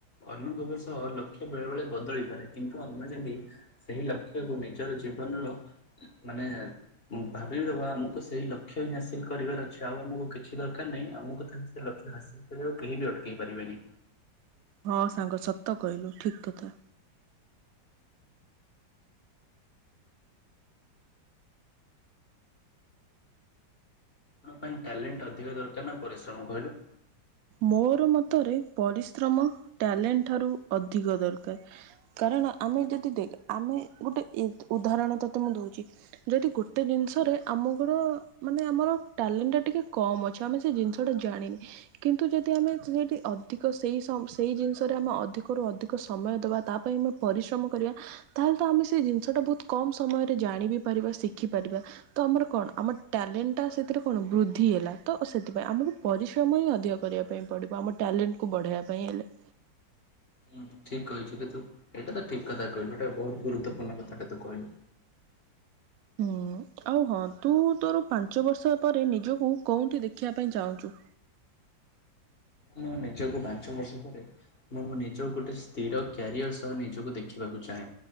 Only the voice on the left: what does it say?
ଅନୁଭବ ସହ ଲକ୍ଷ୍ୟ ବେଳେ ବଳେ ବଦଳି ପାରେ। କିନ୍ତୁ ଆମେ ଯେମି ସେହି ଲକ୍ଷ୍ୟକୁ ନିଜର ଜୀବନର ମାନେ ଭାବିନେବା ଆମକୁ ସେଇ ଲକ୍ଷ୍ୟ ହିଁ ହାସିଲ କରିବାର ଅଛି ଆଉ ଆମକୁ କିଛି ଦରକାର ନାହିଁ ଆମକୁ ତାହେଲେ ସେ ଲକ୍ଷ୍ୟ ହାସିଲ କରିବାକୁ କେହି ବି ଅଟ୍ ଇପାରିବେନି।
ପାଇଁ ଟ୍ୟାଲେଣ୍ଟ ଅଧିକ ଦରକାର ନା ପରିଶ୍ରମ କହିଲୁ?
ହୁଁ ଠିକ କହିଛୁ ଯେ ତୁ, ଏଇଟା ତ ଠିକ କଥା କହିଲୁ, ଏଟା ବହୁତ ଗୁରୁତ୍ୱପୂର୍ଣ୍ଣ କଥାଟା ତୁ କହିଲୁ।
ମୁଁ ନିଜକୁ ପାଞ୍ଚ ବର୍ଷ ପରେ ମୁଁଁ ନିଜ ଗୋଟେ ସ୍ଥିର କ୍ୟାରିଅର ସହ ନିଜକୁ ଦେଖିବାକୁ ଚାହେଁ।